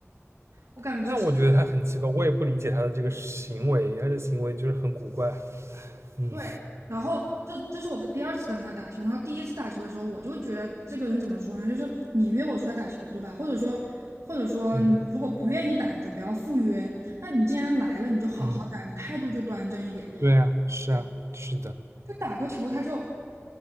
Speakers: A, on the right; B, on the right.
A: 我感觉这是
B: 那我觉得他很奇怪，我也不理解他的这个行为，他的行为就是很古怪。嗯
A: 对，然后这这是我第二次跟他打球，然后第一次打球的时候，我就觉得这个人怎么说呢？就是你约我出来打球，对吧？或者说，或者说你如果不愿意打，
B: 嗯
A: 你就不要赴约。那你既然来了，你就好好打，
B: 嗯，
A: 你态度就端正一点。
B: 对啊，是啊，是的，
A: 就打个球，他就